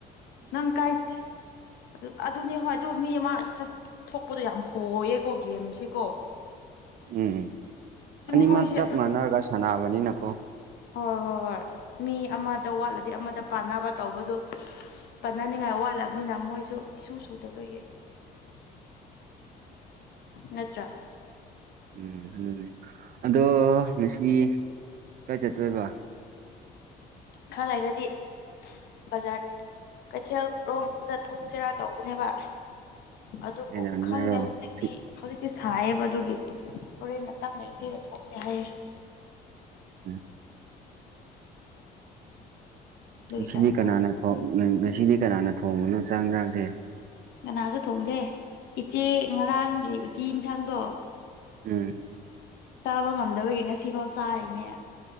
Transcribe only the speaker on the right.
ꯎꯝ ꯑꯅꯤꯃꯛ
ꯆꯞ ꯃꯥꯟꯅꯔꯒ ꯁꯥꯟꯅꯕꯅꯤꯅꯀꯣ
ꯎꯝ ꯑꯗꯨꯅꯦ ꯑꯗꯣ ꯉꯁꯤ ꯀꯔ ꯆꯠꯇꯣꯏꯕ
ꯀꯩꯗꯧꯅꯤꯡꯉꯥꯏꯔꯣ
ꯐꯤ
ꯎꯝ
ꯉꯁꯤꯗꯤ
ꯀꯅꯥꯅ ꯊ ꯉꯁꯤꯗꯤ ꯀꯅꯥꯅ ꯊꯣꯡꯕꯅꯣ ꯆꯥꯛꯟꯖꯥꯡꯁꯦ
ꯎꯝ